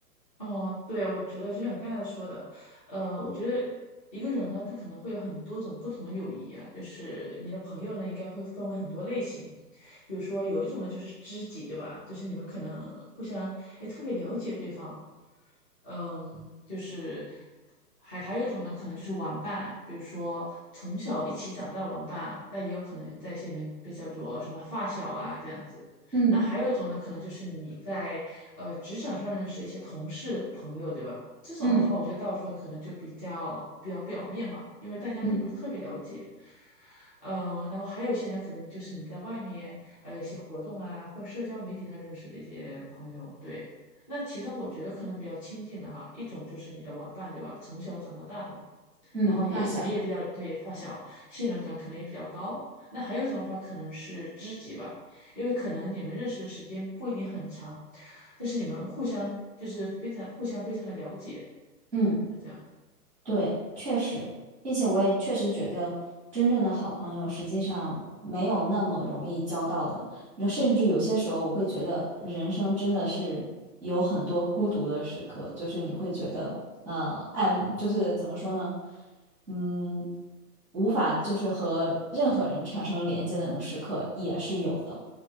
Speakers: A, on the left (about 20°); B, in the centre.
A: 嗯，对，我觉得就像你刚才说的，呃，我觉得一个人呢，他可能会有很多种不同的友谊啊，就是你的朋友呢，应该会分为很多类型，比如说有一种呢就是知己，对吧？就是你们可能互相哎特别了解对方，嗯，就是还还有一种呢，可能就是玩伴，比如说从小一起长大的玩伴，但也有可能在心里面被叫做什么发小啊这样子。
B: 嗯
A: 那还有一种呢，可能就是你在呃职场上认识一些同事朋友，对吧？这种的话，
B: 嗯
A: 我觉得大部分可能就比较比较表面嘛，因为大家并不是特别了解。
B: 嗯
A: 呃，然后还有一些呢，可能就是你在外面呃一些活动啊，或社交媒体上认识的一些朋友，对。那其中我觉得可能比较亲近的哈，一种就是你的玩伴，对吧？从小长到大的嘛。
B: 嗯，
A: 然后也你们也比较对发小信任感可能也比较高。
B: 发小，
A: 那还有一种的话可能是知己吧，因为可能你们认识的时间不一定很长，但是你们互相就是非常互相非常的了解，
B: 嗯。
A: 是这样。
B: 对，确实，并且我也确实觉得，真正的好朋友实际上没有那么容易交到的，那甚至有些时候我会觉得人生真的是有很多孤独的时刻，就是你会觉得，呃，爱慕就是怎么说呢，嗯，无法就是和任何人产生连接的那种时刻也是有的，